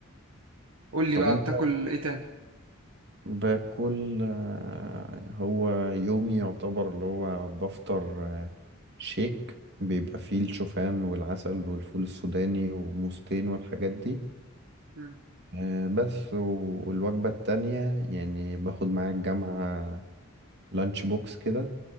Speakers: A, on the right; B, on the right.
A: قول لي
B: طب
A: بقى
B: انت
A: بتاكل ايه تاني
B: باكل آه، هو يومي يعتبر اللي هو بفطر آه، شيك بيبقى فيه الشوفان والعسل والفول السوداني وموزتين والحاجات دي
A: مم.
B: آه، بس و- والوجبة التانية يعني باخد معايا الجامعة لانش بوكس كده